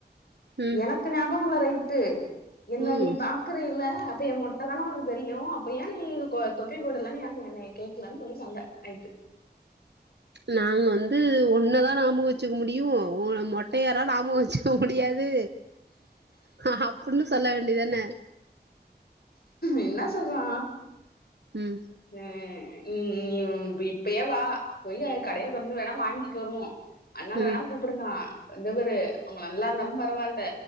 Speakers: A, on the right; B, on the left.
A: ம்
B: எனக்கு ஞாபகோல்ல ரைட்டு என்ன
A: ம்
B: நீ பா க்கறீல்ல அப்ப எ மொட்ட தான உனக்கு தெரியு அப்ப ஏ நீ இதுக்கோ தொப்பி போடலனு ஏ என்னைய கேக்கலன் சொல்லி சண்ட நைட்டு
A: நாங் வந்து உன்னதா ஞாபகோ வெச்சுக்க முடியு உ மொட்டையரா ஞாபகோ வச்சுக் க முடியாது ஹா அப்புட்னு சொல்ல வேண்டியதான
B: என்ன சொல்றா
A: ம்
B: அ ம் ம் ம் பு இப்பயே வா போயி கடைய தொறந்து வேணா வாங்கிட்டு வருவோ அண்ணன
A: ம்
B: வேணா கூப்புடுங்கா இந்தபரு அவுங்க நல்லாருந்தாலு பரவால்ல